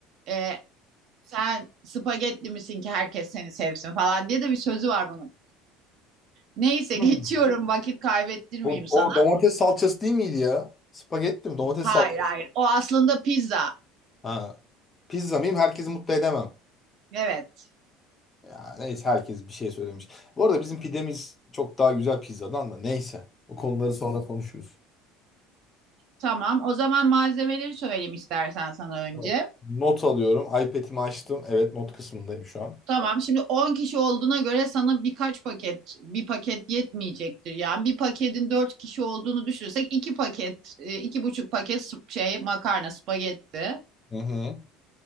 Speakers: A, on the right; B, on the left.
A: E, sen spagetti misin ki herkes seni sevsin falan diye de bir sözü var bunun. Neyse geçiyorum
B: Hı.
A: vakit kaybettirmeyeyim
B: O,
A: sana.
B: o domates salçası değil miydi ya? Spagetti mi? Domates
A: Hayır
B: salçası.
A: hayır o aslında pizza.
B: Ha. Pizza mıyım? Herkesi mutlu edemem.
A: Evet
B: Ya neyse herkes bir şey söylemiş. Bu arada bizim pidemiz çok daha güzel pizzadan da neyse. O konuları sonra konuşuruz.
A: tamam o zaman malzemeleri söyleyeyim istersen sana önce.
B: Tamam. Not alıyorum. iPad'imi açtım. Evet not kısmındayım şu an.
A: Tamam şimdi 10 kişi olduğuna göre sana birkaç paket bir paket yetmeyecektir. Yani bir paketin 4 kişi olduğunu düşünürsek iki paket e, iki buçuk paket sp- şey makarna spagetti.
B: Hı hı.